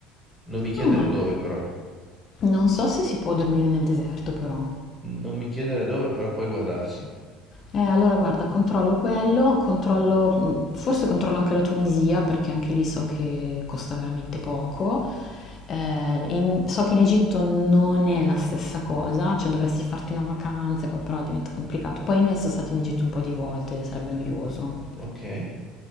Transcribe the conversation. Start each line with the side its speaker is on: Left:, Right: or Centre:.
Centre: Non mi chiedere
Left: No.
Centre: dove, però.
Left: Non so se si può dormire nel deserto però.
Centre: Non mi chiedere dove, però puoi guardarci.
Left: Eh, allora guarda, controllo quello, controllo, mm, forse controllo anche la Tunisia perché anche lì so che costa veramente poco. Eh, in- so che in Egitto non è la stessa cosa, cioè dovresti farti una vacanza, poi però diventa complicato. Poi i miei sono stati in Egitto un po' di volte, sarebbe noioso.
Centre: Ok?